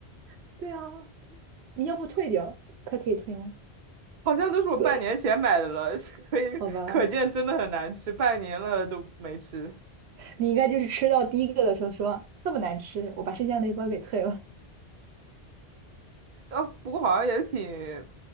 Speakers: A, on the right; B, on the right.
A: <laughs> 对啊，你要不退掉，它可以退吗？
B: 好像都是我半年前买的了，
A: 对，
B: <laughs> 是可以可见真的很难吃，
A: 好吧，
B: 半年了都没吃。
A: 你应该就是吃到第一个的时候说这么难吃，我把剩下那一包给退了。
B: 哦，不过好像也挺，